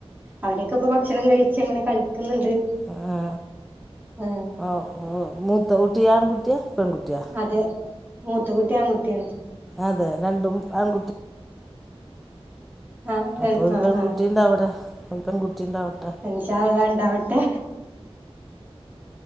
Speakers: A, on the right (about 15°); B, in the centre.
A: അവരൊക്കെ ഇപ്പ ഭക്ഷണം കഴിച്ച് അങ്ങനെ കളിക്കുന്നുണ്ട്.
B: ആ
A: ആഹ്
B: ആ ആ മൂത്ത കുട്ടിആൺകുട്ടിയ പെൺ കുടിയോ
A: അതെ മൂത്ത കുട്ടി ആൺകുട്ടിയാണ്
B: അതെ രണ്ടും ആൺകുട്ടി
A: ആഹ്
B: അപ്പൊ
A: ആഹ്
B: ഒരു
A: ആഹ്
B: പെൺകുട്ടി
A: ആഹ്
B: ഉണ്ടാവട്ടെ ഒരു പെൺകുട്ടിണ്ടാവട്ടെ
A: ഇഷാള്ളാഹ് ണ്ടാവട്ടെ.